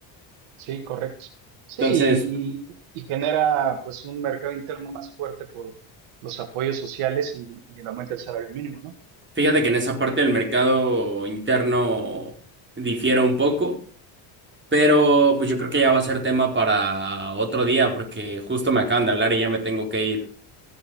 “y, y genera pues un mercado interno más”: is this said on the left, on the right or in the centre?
Right